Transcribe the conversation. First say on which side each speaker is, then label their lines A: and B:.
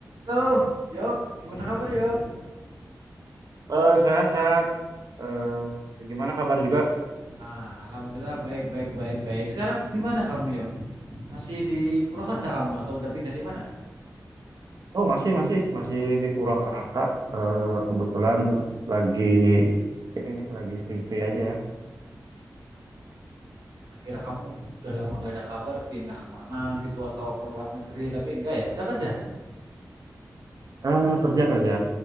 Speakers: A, on the right (about 80°); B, on the right (about 60°).
A: Halo, Yok. Gimana kabar, Yok?
B: Eh, sehat-sehat. Eh, gimana kabar juga?
A: Ah, alhamdulillah baik, baik, baik, baik. Sekarang di mana kamu, Yok? Masih di Purwakarta kamu atau udah pindah di mana?
B: Oh, masih, masih, masih di Purwakarta. Eh, kebetulan lagi ini nih, lagi free-free aja ya.
A: Akhirnya kamu udah lama nggak ada kabar, pindah kemana gitu atau ke luar negeri? Tapi enggak ya, udah kerja.
B: Eh, kerja kerja,